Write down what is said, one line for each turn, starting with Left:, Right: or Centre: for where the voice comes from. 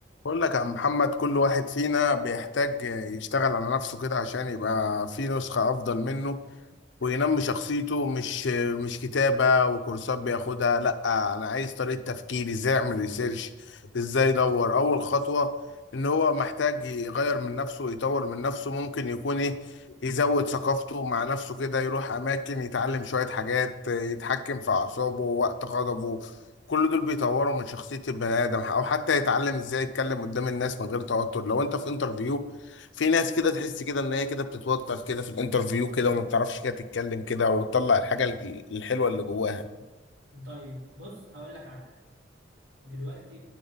Left: بقول لك يا عم محمد كل واحد فينا بيحتاج يشتغل على نفسه كده عشان يبقى في نسخة أفضل منه وينمي شخصيته مش مش كتابة وكورسات بياخدها لا انا عايز طريقة تفكير ازاي اعمل ريسيرش ازاي ادور اول خطوة ان هو محتاج يغير من نفسه ويطور من نفسه ممكن يكون ايه يزود ثقافته مع نفسه كده يروح اماكن يتعلم شوية حاجات يتحكم في اعصابه وقت غضبه كل دول بيطوروا من شخصية البني آدم أو حتى يتعلم إزاي يتكلم قدام الناس من غير توتر لو أنت في انترفيو في ناس كده تحس كده ان هي كده بتتوتر كده في الانترفيو كده وما بتعرفش كده تتكلم كده وتطلع الحاجه ال- الحلوه اللي جواها
Right: طيب بص هقول لك على حاجة دلوقتي